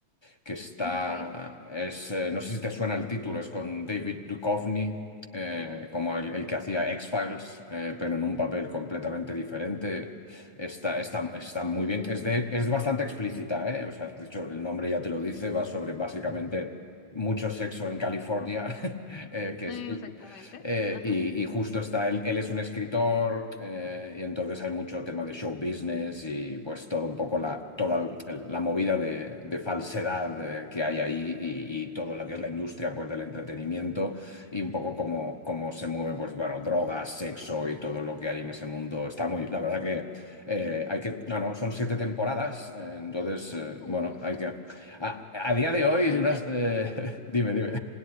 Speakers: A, on the left; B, on the left.
A: que está,
B: Ok,
A: es, eh, no sé si te suena el título, es con David Duchovny, eh, como el, el que hacía X-Files, eh, pero en un papel completamente diferente. Está, está, está muy bien, es, de- es bastante explícita, ¿eh? O sea, de hecho, el nombre ya te lo dice, va sobre básicamente mucho sexo en California, <laughs> eh, que
B: <laughs> exactamente.
A: es, eh,
B: Ajá.
A: y, y justo está, él, él es un escritor, eh, y entonces hay mucho tema de show business y pues todo un poco la, toda el- la movida de, de falsedad eh, que hay ahí y, y todo lo que es la industria pues del entretenimiento y un poco cómo, cómo se mueve pues bueno, drogas, sexo y todo lo que hay en ese mundo. Está muy, la verdad que... Eh, hay que, no, no, son siete temporadas, eh, entonces, eh,
B: Uh,
A: bueno, hay que, a, a
B: <laughs>
A: día de hoy,
B: Ahí,
A: unas,
B: ahí-
A: eh, <laughs> dime, dime.